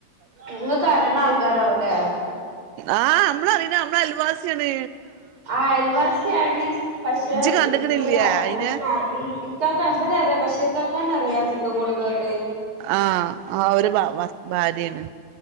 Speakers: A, on the right; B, on the right.
A: നിങ്ങക്കരേണ ആൾക്കാരാവുംലേ
B: ആ അമ്മ്ളറിയണ അമ്ളെ അയൽവാസിയാണ്
A: ആ അയൽവാസിയാണ് പക്ഷേ
B: ഇജ്ജ് കണ്ടക്കണില്ലേ
A: ഇൻക്ക് അവരെ അറ്
B: അയിനെ
A: ഞാൻ കാറ് ഇൻഇക്കാക്ക ഇമ്പരെ ക്കറിയാ ബഷീറ്ക്കാക്കാനറിയാ ചിക്കകൊടുത്തതൊട്ട്
B: ആ ആ ഒര് ഭ ഭർ ഭാര്യാണ്